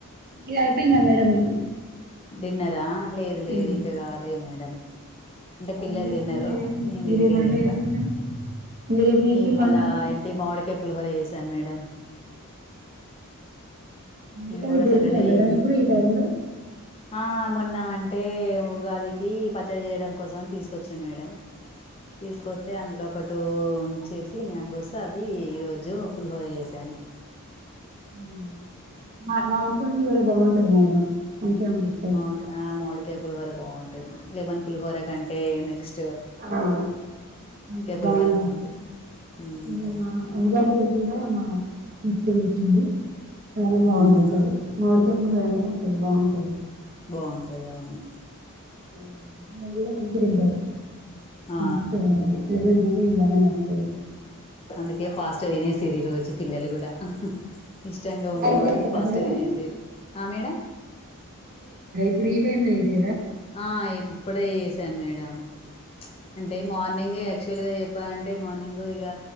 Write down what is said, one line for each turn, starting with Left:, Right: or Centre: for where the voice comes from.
Right: న అయిపోయిందా మేడమ్
Left: డిన్నరా లేదు లేదు
Right: ఉమ్
Left: ఇంకా కవాలేదు మేడం అంటే పిల్లలు
Right: ఏం చేస్తురు
Left: తిన్నరు
Right: మీరేం
Left: నేం
Right: మీరేం
Left: తిన్లేదు
Right: వంట
Left: ఇంకా
Right: చేస్తున్నారు మీరేం చేసిరు
Left: నవ ఇవళ
Right: వంట
Left: ఏంటి మావడికే పుల్హొర వేస అన్ మ అ
Right: మామిడికాయలు
Left: నేన్ గూడా
Right: దొరికినాయి
Left: సటర్డే
Right: మేడం
Left: ఎం
Right: ఇప్పుడు ఈ టైమ్ లో
Left: ఆ మొన్న అన్ టే ఉగాదికి పచ్చడి చేయడం కోసం అని తీసుకొచ్చినా మేడం తీసుకొస్తే అందులో ఒక టూ ఉంచేసి మ్యాంగోసు అవి ఈ రోజు పులిహోర చేసాను
Right: ఊ <unintelligible> టది మేడం మంచిగా అనిపిస్తది
Left: మావ్ కా ఆ మావిడికాయ పులిహోర బావుంటది లేమన్ పులిహోర కంటే నెక్స్
Right: మ్ అ
Left: పులిహోర
Right: బాగుంటాది
Left: బాగుంటది ఉమ్
Right: మన్న మా ఉగాది రోజు కూడా మా ఇప్పుడు వచ్చింది. చాలా బాగుంది
Left: ఉమ్
Right: అసలు మామిడికాయ ప్ ఉలవలు అంటే నె సరి బాగుంటది
Left: బాగుంటాది అవును
Right: ఆ వీళ్ళుకూడా మంచిగ తింటారు
Left: ఆ
Right: మెత్తగయింది వేరేది ఇ వీళ్ళాయనవచ్చాడు.
Left: అందుకే పాస్ట్ తినేస్సురి ఈ రోజు. పిల్లలు గూడా ఇష్టంగా ఉంది
Right: నైట్
Left: గాబటికి
Right: చేసిర్రా
Left: ఫాస్టుగా
Right: మేడం
Left: తినేసిర్రు ఆ మేడ
Right: ప్పుడు ఈ టైం లో ఏసిర్రా
Left: ఆ ఇప్పుడే చేసాను మేడం ప్చ్ అంటే మార్నింగే ఎక్ యాక్చువల్ గా చెప్పాలంటే మార్నింగ్ ఇక